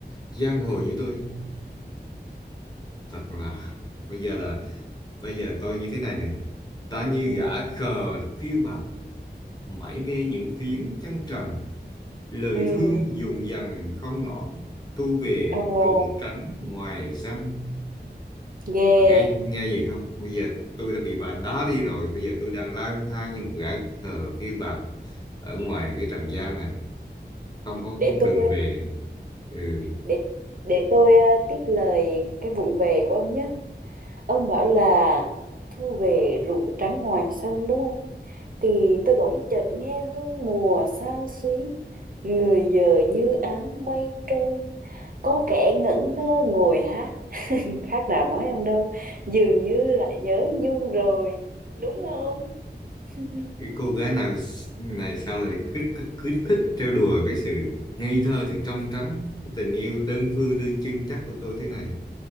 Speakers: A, on the left; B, on the right.
A: giang hồ như tôi. Thật là bây giờ là bây giờ tôi như thế này này. Ta như
B: Ừ,
A: gã khờ phiêu bạt, mải mê những phiến trăng trần, lời
B: ừ,
A: thương dùng dằng không ngỏ, tu về
B: ồ.
A: rụng trắng ngoài sân.
B: Yeah,
A: Bà nghe nghe gì không? Bây giờ tôi đã bị bà đá đi rồi, bây giờ tôi đang lang thang như một gã khờ phiêu bạt ở ngoài cái trần gian này, không có
B: để tôi
A: đường về. Ừ.
B: để để tôi ờ, tiếp lời cái vụng về của ông nhé. Ông bảo là thu về ruộng trắng ngoài sân đúng không? Thì tôi bỗng chợt nghe hương mùa xao xuyến, người giờ như áng mây trôi. Có kẻ ngẩn ngơ ngồi hát, <laughs> khác nào nói ông đâu, dường như lại nhớ Nhung rồi, đúng không? <laughs>
A: cái cô gái nào s- này sao lại cứ, cứ, cứ thích trêu đùa cái sự ngây thơ thì trong trắng cái tình yêu
B: Ừ.
A: đơn phương đơn chân chắc của tôi thế này